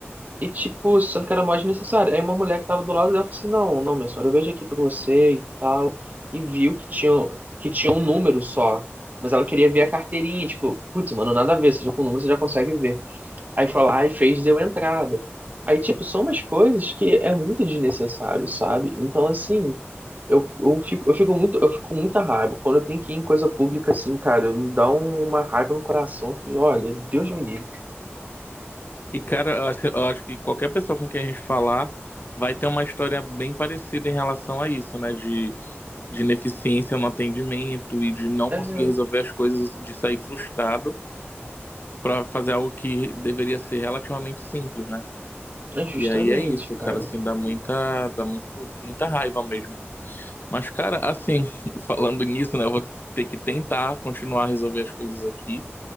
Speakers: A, on the right (about 40°); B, on the left (about 45°).
A: E, tipo, sendo que era mais necessário. Aí uma mulher que tava do lado dela falou assim, não, não, minha senhora, eu vejo aqui pra você e tal. E viu que tinha, que tinha um número só. Mas ela queria ver a carteirinha, tipo, putz, mano, nada a ver. Seja com o número, você já consegue ver. Aí foi lá e fez, deu entrada. Aí, tipo, são umas coisas que é muito desnecessário, sabe? Então, assim, eu, eu fico, eu fico muito, eu fico com muita raiva. Quando eu tenho que ir em coisa pública, assim, cara, me dá uma raiva no coração que, olha, Deus me livre.
B: E, cara, eu acho, eu acho que qualquer pessoa com quem a gente falar vai ter uma história bem parecida em relação a isso, né? De, de ineficiência no atendimento e de não
A: É,
B: conseguir resolver as coisas, de sair frustrado para fazer algo que deveria ser relativamente simples, né?
A: é justamente,
B: E aí é isso, cara,
A: cara.
B: assim, dá muita, dá muito, muita raiva mesmo. Mas, cara, assim, <laughs> falando nisso, né, eu vou ter que tentar continuar a resolver as coisas aqui.